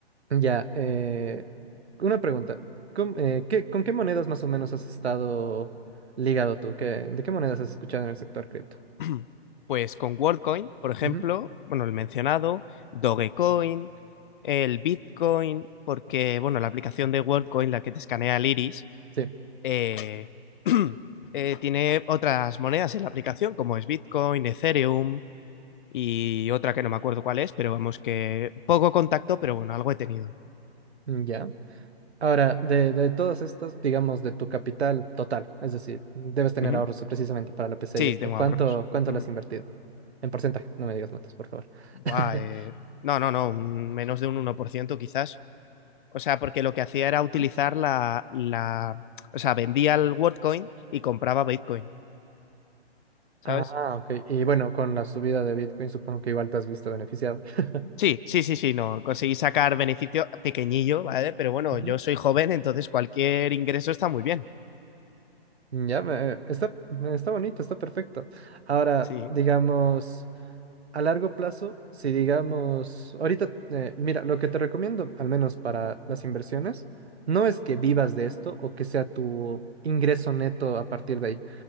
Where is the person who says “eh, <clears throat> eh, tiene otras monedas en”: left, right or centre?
Left